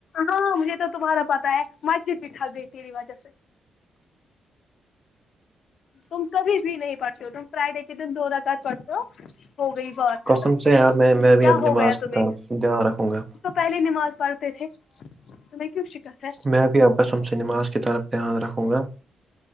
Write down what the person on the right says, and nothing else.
قسم
سے ار میں بھی
اب
نماز
کی
طرف دھیان رکھوں گا
میں بھی آپ کا قسم سے نماز کی طرف دھیان رکھوں گا